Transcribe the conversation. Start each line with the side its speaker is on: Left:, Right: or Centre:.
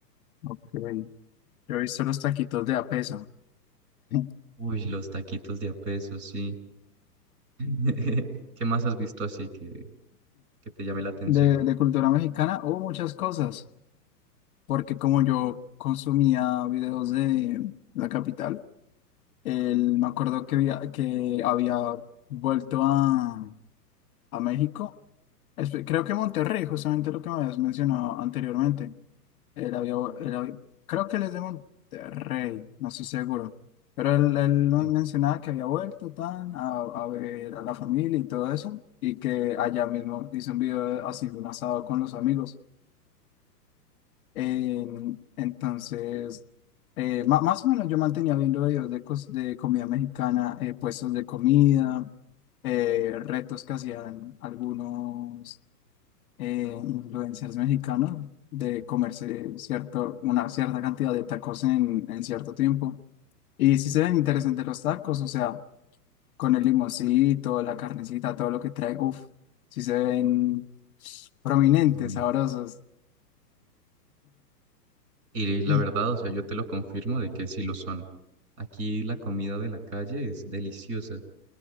Left: ok, yo he visto los taquitos de a peso <laughs>
Right: Uy, los taquitos de a peso, sí. <laughs> ¿Qué más has visto así que, que te llame la atención?
Left: de, de cultura mexicana o muchas cosas, porque como yo consumía videos de la capital, Él, me acuerdo que, había- que había vuelto a, a México. Espe- Creo que Monterrey, justamente lo que me habías mencionado anteriormente. Él había, él había- creo que él es de Monterrey, no estoy seguro. Pero él, él nos
Right: Sí.
Left: mencionaba que había vuelto tan a, a ver a la familia y todo eso. Y que allá mismo hizo un video haciendo un asado con los amigos. Eh, entonces, eh, ma- más o menos yo mantenía viendo videos de, cos- de comida mexicana, eh, puestos de comida, eh, retos que hacían algunos eh, influencers mexicanos de comerse cierto, una cierta cantidad de tacos en, en cierto tiempo. Y sí se ven interesantes los tacos, o sea, con el limoncito, la carnecita, todo lo que trae, uff, sí se ven prominentes,
Right: Uy.
Left: sabrosos.
Right: Y la
Left: Mm.
Right: verdad, o sea, yo te lo confirmo de que sí lo son. Aquí la comida de la calle es deliciosa.